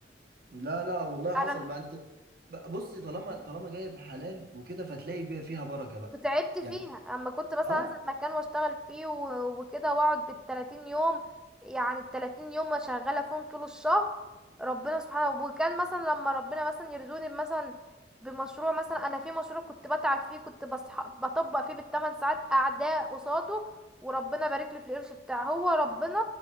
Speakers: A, on the right; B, in the centre.
A: لا لا والله حصل
B: انا
A: ما انت ب- بصي طالما طالما جايب حلال وكده فتلاقي بيها فيها بركة بقى
B: وتعبت فيها
A: يعني
B: اما كنت مثلا
A: اه
B: انزل مكان واشتغل فيه و- وكده واقعد بالتلاتين يوم يعني التلاتين يوم شغالة فيهم طول الشهر ربنا سبحانه وكان مثلا لما ربنا مثلا يرزقني مثلا بمشروع مثلا انا في مشروع كنت بتعب فيه كنت بصح... بطبق فيه بالتمن ساعات قاعدة قصاده وربنا بارك لي في القرش بتاعه هو ربنا